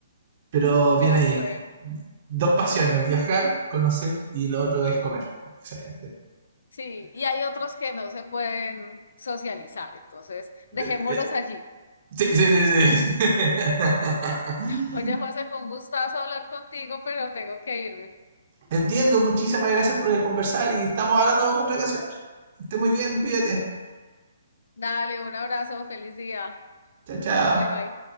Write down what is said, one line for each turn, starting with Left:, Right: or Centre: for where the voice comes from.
Right: Pero
Left: De
Right: bien
Left: acuerdo.
Right: ahí. Dos pasiones, viajar, conocer y lo otro es comer. Excelente.
Left: Sí, y hay otros que no se pueden socializar, entonces dejémoslos
Right: Eh, eh,
Left: allí.
Right: Sí, sí, sí, sí. <laughs>
Left: Oye, José, fue un gustazo hablar contigo, pero tengo que irme.
Right: Entiendo, muchísimas gracias por el conversar y estamos hablando en otra ocasión. Que esté muy bien, cuídate.
Left: Dale, un abrazo, feliz día.
Right: Chao, chao.
Left: Bye bye.